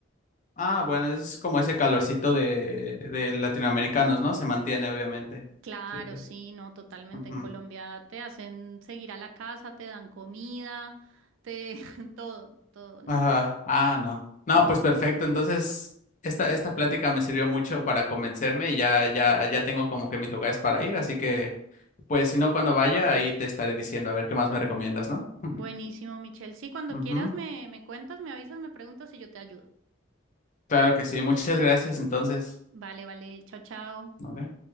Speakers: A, on the left; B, on the right.
A: Ah, bueno, es como ese calorcito de, de latinoamericanos, ¿no? Se mantiene, obviamente.
B: Claro,
A: Sí, sí.
B: sí, no, totalmente.
A: Ujú.
B: En Colombia te hacen seguir a la casa, te dan comida, te <laughs> todo, todo. No,
A: Ajá.
B: no, no.
A: Ah, no. No,
B: Somos
A: pues perfecto.
B: como bien.
A: Entonces, esta, esta plática me sirvió mucho para convencerme y ya, ya, ya tengo como que mis lugares para ir. Así que, pues, si no, cuando vaya, ahí te estaré diciendo a ver qué más me recomiendas, ¿no? <laughs>
B: Buenísimo, Michelle. Sí, cuando
A: Ujú.
B: quieras me, me cuentas, me avisas, me preguntas y yo te ayudo.
A: Claro que sí. Muchas gracias, entonces.
B: Vale, vale. Chao, chao.
A: Vale.